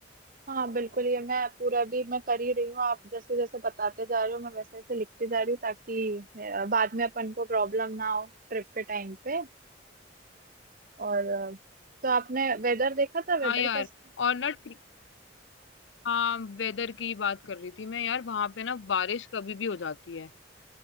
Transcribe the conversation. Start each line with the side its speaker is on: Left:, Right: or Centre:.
Right: हाँ बिल्कुल ये मैं पूरा भी मैं कर ही रही हूँ आप जैसे जैसे बताते जा रहे हो मैं वैसे वैसे लिखते जा रही हूँ ताकि अ, बाद में अपन को प्रॉब्लम ना हो ट्रिप के टाइम पे और अ, तो आपने वेदर देखा था
Left: हाँ
Right: वेदर
Left: यार
Right: कैसे
Left: और ना ट्रि- हाँ वेदर की बात कर रही थी मैं यार वहां पे ना बारिश कभी भी हो जाती है